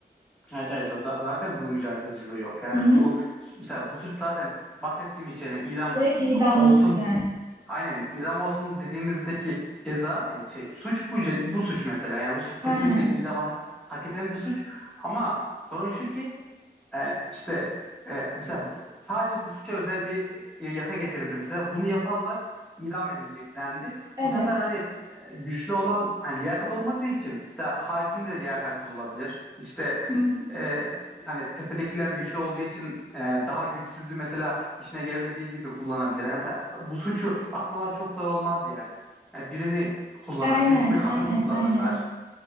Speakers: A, in the centre; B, on the right (about 25°).
A: Evet, evet. Z- z- zaten bunun mücadeleciliği yok. Yani
B: Hı hı.
A: bu mesela bu suç zaten bahsettiğim iş yani idam
B: Direkt idamlık
A: olsun
B: yani.
A: aynen idam olsun dediğimizdeki ceza hani şey suç bu ce- bu suç mesela. Yani bu suç kesinlikle
B: Aynen.
A: bir idam ha- hak eden bir suç ama sorun şu ki e, işte e, mesela b- sadece bu suça özel bir e, yasa getirildi mesela. Bunu yapanlar idam edilecek dendi.
B: Evet.
A: Bu sefer hani e, güçlü olan hani liyakat olmadığı için mesela hakim de liyakatsiz olabilir. İşte
B: Hı hı.
A: e, hani tepedekiler güçlü olduğu için e, daha güçsüzü mesela işine gelmediği gibi kullanabilir. Yani mesela e, bu suçu atmaları çok zor olmaz yani. Yani birini kullanır,
B: Aynen,
A: bir, bir kadını
B: aynen,
A: kullanırlar
B: aynen.